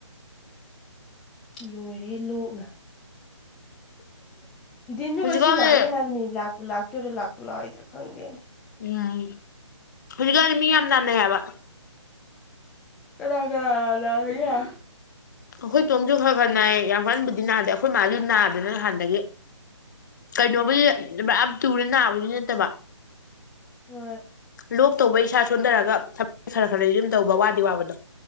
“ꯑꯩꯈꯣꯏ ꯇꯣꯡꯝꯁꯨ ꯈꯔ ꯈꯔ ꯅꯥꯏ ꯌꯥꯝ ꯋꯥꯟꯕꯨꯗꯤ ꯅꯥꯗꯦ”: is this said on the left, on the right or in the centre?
Left